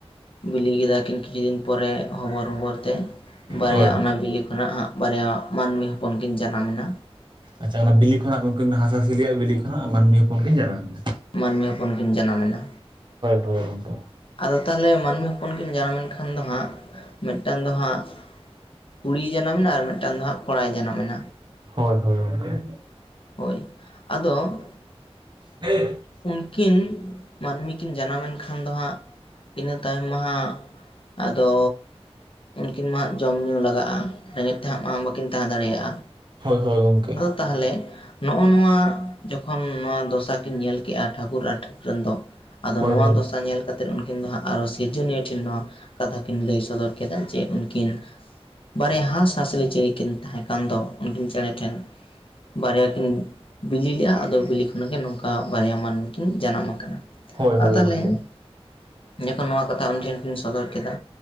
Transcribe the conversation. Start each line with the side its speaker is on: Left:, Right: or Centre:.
Left: ᱵᱤᱞᱤ ᱠᱮᱫᱟ ᱠᱤᱱ ᱠᱤᱪᱷᱤ ᱫᱤᱱ ᱯᱚᱨᱮ ᱦᱚᱵᱚᱨ ᱦᱚᱵᱚᱨ ᱛᱮ ᱵᱟᱨᱭᱟ
Right: ᱦᱳᱭ
Left: ᱚᱱᱟ ᱵᱤᱞᱤ ᱠᱷᱚᱱᱟᱜ ᱦᱟᱸᱜ ᱵᱟᱨᱭᱟ ᱢᱟᱹᱱᱢᱤ ᱦᱚᱯᱚᱱ ᱠᱤᱱ ᱡᱟᱱᱟᱢᱮᱱᱟ᱾
Right: ᱟᱪᱷᱟ ᱚᱱᱟ ᱵᱤᱞᱤ ᱠᱷᱚᱱᱟᱜ ᱜᱚᱝᱠᱮ ᱦᱟᱸᱥ ᱦᱟᱹᱥᱤᱞᱤᱭᱼᱟ ᱵᱤᱞᱤ ᱠᱷᱚᱱᱟᱜ ᱢᱟᱹᱱᱢᱤ ᱦᱚᱯᱚᱱ ᱠᱤᱱ ᱡᱟᱱᱟᱢ ᱮᱱᱟ
Left: ᱢᱟᱹᱱᱢᱤ ᱦᱚᱯᱚᱱ ᱠᱤᱱ ᱡᱟᱱᱟᱢ ᱮᱱᱟ
Right: ᱦᱳᱭ ᱜᱚᱝᱠᱮ
Left: ᱟᱫᱚ ᱛᱟᱦᱚᱞᱮ ᱢᱟᱹᱱᱢᱤ ᱦᱚᱯ ᱦᱚᱯᱚᱱ ᱠᱤᱱ ᱡᱟᱱᱟᱢ ᱞᱮᱱ ᱠᱷᱟᱱ ᱫᱚ ᱦᱟᱸᱜ ᱢᱤᱫᱴᱟᱝ ᱫᱚ ᱦᱟᱸᱜ ᱠᱩᱲᱤᱭ ᱡᱟᱱᱟᱢ ᱮᱱᱟ ᱟᱨ ᱢᱤᱫ ᱢᱤᱫᱴᱟᱝ ᱫᱚ ᱦᱟᱸᱜ ᱠᱚᱲᱟᱭ ᱡᱟᱱᱟᱢ ᱢᱮᱱᱟ
Right: ᱦᱳᱭ ᱦᱳᱭ ᱜᱚᱝᱠᱮ
Left: ᱦᱳᱭ ᱟᱫᱚ
Right: ᱦᱮ <unintelligible>
Left: ᱩᱱᱠᱤᱱ ᱢᱟᱹᱱᱢᱤ ᱠᱤᱱ ᱡᱟᱱᱟᱢ ᱮᱱ ᱱᱠᱷᱟᱱ ᱫᱚ ᱦᱟᱸᱜ ᱤᱱᱟᱹ ᱛᱟᱭᱚᱢ ᱢᱟ ᱦᱟᱸᱜ ᱟᱫᱚ ᱩᱱᱠᱤᱱ ᱢᱟ ᱦᱟᱜ ᱡᱚᱢ ᱧᱩ ᱞᱟᱜᱟᱜ-ᱟ ᱨᱮᱜᱮᱡ ᱛᱮᱦᱟᱜ ᱢᱟ ᱵᱟᱹᱠᱤᱱ ᱛᱟᱦᱮ ᱫᱟᱲᱮᱭᱟᱜ-ᱟ
Right: ᱦᱳᱭ ᱦᱳᱭ ᱜᱚᱝᱠᱮ
Left: ᱛᱟᱦᱚᱞᱮ ᱱᱚᱜ-ᱚ ᱱᱚᱣᱟ ᱡᱚᱠᱷᱚᱱ ᱱᱚᱣᱟ ᱫᱚᱥᱟ ᱠᱤᱱ ᱧᱮᱞ ᱠᱮᱜ-ᱟ ᱴᱷᱟᱠᱩᱨ ᱟᱨ ᱴᱷᱟᱹᱠᱨᱟᱹᱱ ᱫᱚ ᱟᱫᱚ
Right: ᱦᱳᱭ
Left: ᱱᱚᱣᱟ
Right: ᱦᱳᱭ
Left: ᱫᱚᱥᱟ ᱧᱮᱞ ᱠᱟᱛᱮ ᱩᱱᱠᱤᱱ ᱫᱚ ᱦᱟᱸᱜ ᱟᱨᱚ ᱥᱤᱨᱡᱚᱱᱤᱭᱟᱹ ᱴᱷᱮᱱ ᱱᱚᱣᱟ ᱠᱟᱛᱷᱟ ᱠᱤᱱ ᱞᱟᱹᱭ ᱥᱚᱫᱚᱨ ᱠᱮᱫᱟ ᱡᱮ ᱩᱱᱠᱤᱱ ᱵᱟᱨᱭᱟ ᱦᱟᱸᱥᱼᱦᱟᱸᱥᱞᱤ ᱪᱮᱬᱮ ᱠᱤᱱ ᱛᱟᱦᱮ ᱠᱟᱱ ᱫᱚ ᱩᱱᱠᱤᱱ ᱪᱮᱬᱮ ᱴᱷᱮᱱ ᱵᱟᱨᱭᱟ ᱠᱤᱱ ᱵᱤᱞᱤ ᱞᱮᱫ-ᱟ ᱟᱫᱚ ᱵᱤᱞᱤ ᱠᱷᱚᱱᱟᱜ ᱜᱮ ᱱᱚᱝᱠᱟ ᱵᱟᱨᱭᱟ ᱢᱟᱹᱱᱢᱤ ᱠᱤᱱ ᱡᱟᱱᱟᱢ ᱟᱠᱟᱱᱟ
Right: ᱦᱳᱭ ᱦᱳᱭ
Left: ᱟ ᱛᱟᱞᱤᱧ
Right: ᱜᱚᱝᱠᱮ
Left: ᱡᱚᱠᱷᱚᱱ ᱱᱚᱣᱟ ᱠᱟᱛᱷᱟ ᱩᱱ ᱴᱷᱮᱱ ᱠᱤᱱ ᱥᱚᱫᱚᱨ ᱠᱮᱫᱟ